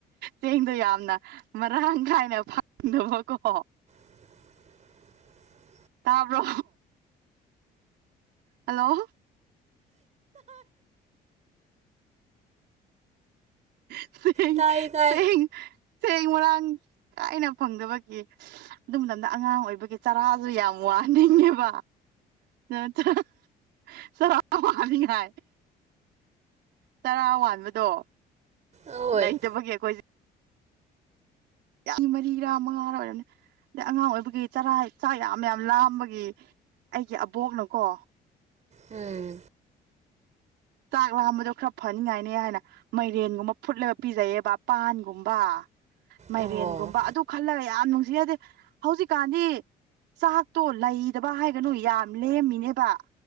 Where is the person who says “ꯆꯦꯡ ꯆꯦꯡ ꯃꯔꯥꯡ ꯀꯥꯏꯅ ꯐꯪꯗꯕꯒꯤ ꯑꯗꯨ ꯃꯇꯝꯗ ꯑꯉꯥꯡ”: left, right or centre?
Right